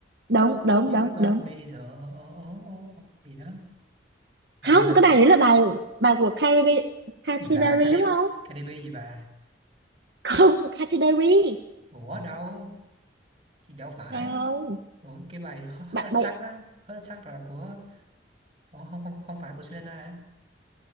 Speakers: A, on the right (about 60°); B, on the right (about 30°).
A: đúng đúng
B: You
A: đúng
B: got
A: đúng
B: me so oh, oh, oh, oh, gì đó ồ
A: không
B: là
A: cái
B: con
A: bài đấy là bài bài của Katy Perry, Katy
B: gì bà
A: Perry
B: Cardi
A: đúng không
B: Cardi B gì bà
A: <laughs> không Katy Perry
B: ủa đâu chị đâu phải
A: phải không
B: ủa cái bài Heart
A: bạn
B: Attack
A: bài
B: á Heart Attack là của ủa, không không không phải của Selena hả